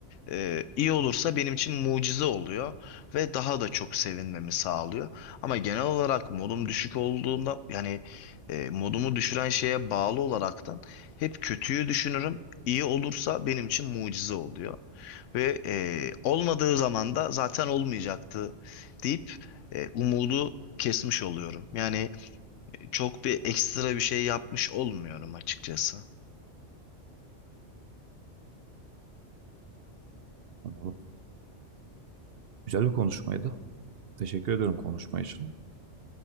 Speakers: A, on the left (about 80°); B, on the right (about 60°).
A: Ee, iyi olursa benim için mucize oluyor ve daha da çok sevinmemi sağlıyor. Ama genel olarak modum düşük olduğunda yani e, modumu düşüren şeye bağlı olaraktan hep kötüyü düşünürüm. İyi olursa benim için mucize oluyor. Ve e, olmadığı zaman da zaten olmayacaktı deyip e, umudu kesmiş oluyorum. Yani çok bir ekstra bir şey yapmış olmuyorum açıkçası.
B: Anladım. Güzel bir konuşmaydı. Teşekkür ediyorum konuşma için.